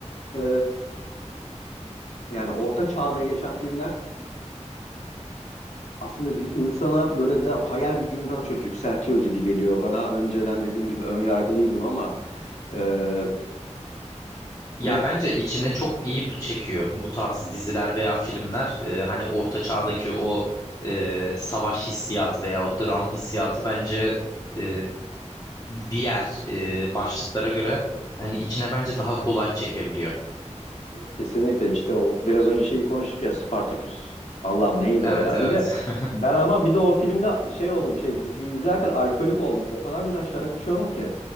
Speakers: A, on the left; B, on the left.
A: eee, yani orta çağda geçen filmler Aslında bir insana böyle de hayal gücünü daha çok yükseltiyor gibi geliyor bana. Önceden dediğim gibi ön yargılıydım ama e, ne?
B: Ya bence içine çok iyi çekiyor bu tarz diziler veya filmler. Ee, hani orta çağdaki o e, savaş hissiyatı veya o dram hissiyatı bence e, diğer e, başlıklara göre hani içine bence daha kolay çekebiliyor.
A: Evet kesinlikle işte o biraz önce şeyi konuştuk ya Spartaküs. Allah'ım neydi
B: Evet
A: o ya?
B: evet.
A: Bir de
B: <laughs>
A: ben ama bir de o filmde şey oldum şey diziyi izlerken alkolik oldum. O kadar güzel şarap içiyorlar ki.